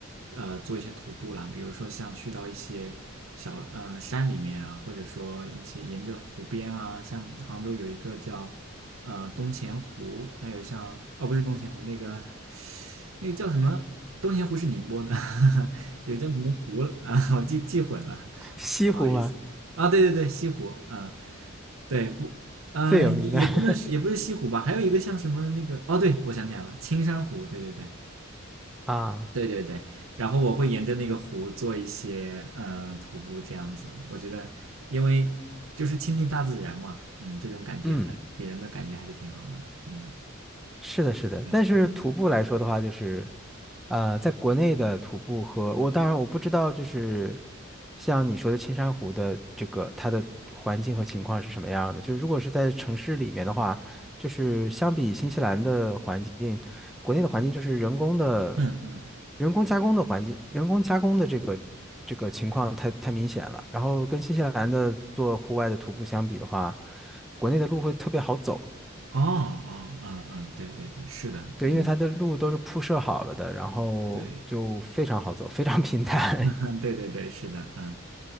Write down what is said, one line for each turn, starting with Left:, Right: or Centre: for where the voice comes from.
Right: 呃做一些徒步啦，比如说像去到一些小呃山里面啊，或者说一些沿着湖边啊，像杭州有一个叫呃东钱湖，还有像哦不是东钱湖，那个那个叫什么？东钱湖是宁波的，<laughs> 有叫什么湖啊？<laughs> 我记记混了，
Centre: 西湖嘛，
Right: 不好意思啊。对对对，西湖，嗯、对不，嗯、
Centre: 最有名的
Right: 也不能是也不是西湖吧？
Centre: <laughs>
Right: 还有一个像什么那个哦，对我想起来了，青山湖，对对对，
Centre: 啊，
Right: 对对对，然后我会沿着那个湖做一些嗯、呃徒步这样子，我觉得因为就是亲近大自然嘛，嗯，这种感觉还给人的感觉还是挺好的，
Centre: 嗯，
Right: 嗯，
Centre: 是的，是的。
Right: 是的，
Centre: 但是徒步来说的话，
Right: 嗯
Centre: 就是呃，在国内的徒步和我当然我不知道，就是像你说的青山湖的这个它的环境和情况是什么样的。就如果是在城市里面的话，就是相比新西兰的环境，国内的环境就是人工的、
Right: 嗯嗯，
Centre: 人工加工的环境，人工加工的这个这个情况太太明显了。然后跟新西兰的做户外的徒步相比的话，国内的路会特别好走。
Right: 哦哦嗯嗯，对对对，是的，
Centre: 对，
Right: 嗯，
Centre: 因为它的路都是铺设好了的，然后就非常好走，
Right: 对，
Centre: 非常 <laughs> 平坦。
Right: <laughs> 对对对，是的，嗯，